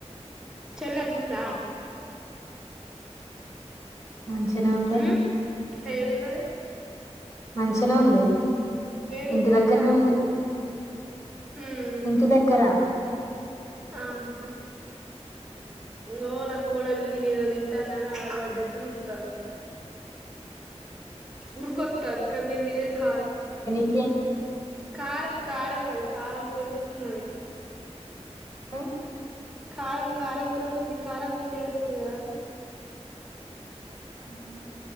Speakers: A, in the centre; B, on the left.
A: చెల్ంచికుందా
B: మంచిగనే ఉందే
A: హ్మ్ ఏడుందది
B: మంచిగానే ఉంది
A: ఏడుంది
B: ఇంటి దగ్గరనే
A: అంటానా
B: ఉంది
A: హ్మ్
B: ఇంటి దగ్గర
A: ఆహా హా హా నవో నాకుడాల నేను ఏదో దం దన్నన్ని ఆగడ పడ్డట్టు చతుంది ఉురుకత్తా అందు కందని దినది కారు
B: ఏందీ
A: కారం కారం అది కారం తొలుతున్నది
B: హ్మ్
A: కారం కారంతోనే ఉంది కారం తింటే ఎడుతది కదా
B: ఉహ